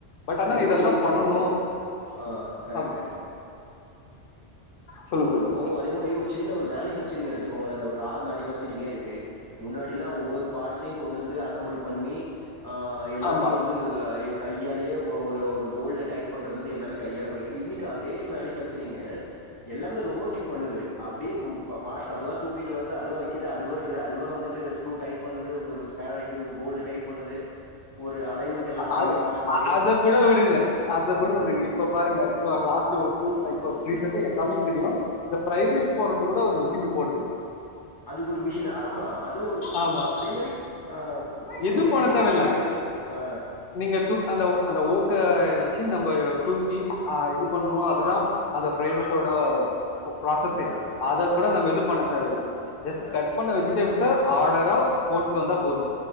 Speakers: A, on the left; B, on the left.
A: பட் ஆனா
B: அதே
A: இதெல்லாம்
B: மாரி இப்போ
A: பண்ணணும்
B: ஆ கரெக்ட்.
A: ஆமா சொல்லுங்க சொல்லுங்க
B: இப்போ அதே மாதிரி ஒரு சின்ன ஒரு மேனுபேக்சரிங் எடுத்துக்கோங்கள அ இந்த ஒரு கார் மாரி <inaudible> இருக்கு முன்னாடில்லாம் ஒவ்வொரு பார்ட்ஸ்ஸையும் கொண்டு வந்து அசம்பிள் பண்ணி ஆஹ் எல்லாத்தையும்
A: ஆமா
B: வந்து என் கையாலேயே ஒரு ஒரு போல்டு டைட் பண்றதுல இருந்து எல்லாமே கையால பண்ணுவேன் இன்னைக்கு அதே மேனுபக்சரிங் எல்லாமே ரோபோட்டிக் பண்ணுது அப்படியே பார்ட்ஸ் அதுவா தூக்கிட்டு வருது அதுவா வைக்குது அது அதுவா வந்துட்டு க்ரு டைப் பண்ணுது ஸ்பே இது போல்ட் டைப் பண்ணுது ஒரு அலைன்மென்ட் எல்லாம் அதுவே
A: அத
B: பாக்குது.
A: அத குட விடுங்க அத குட
B: ம்,
A: விடுங்க இப்ப பாருங்க இப்போ லாஸ்ட்டு ஒரு டூ இப்போ ரீசண்டா எல்லாமே தெரியு இந்த ஃப்ரை
B: ம்.
A: ரைஸ் போட்றது குட ஒரு மிஷினு போடுது
B: அதுக்கொரு மிஷின் ஆமா அது ஒரு
A: ஆமா
B: அதே மாரி ஓ
A: எதுவும்
B: சமையல்
A: பண்ண
B: இல்லிங்க
A: தேவையில்ல
B: ஃப்ரைட் ரைஸ் ஆ
A: நீங்க டூ அந்த அந்த ஊக்க வச்சி நம்ப தூக்கி அ இது பண்ணுவோ அதுதா அத ப்ரைட் ரைஸோட ஒரு ப்ராசஸே
B: ஆ
A: அத கூட
B: ஆ
A: நம்ப இது பண்ண தேவயில்ல ஜெஸ்ட்
B: ஆ
A: கட் பண்ண வெஜிடபிள்ஸ ஆடரா போட்டு வந்தா போது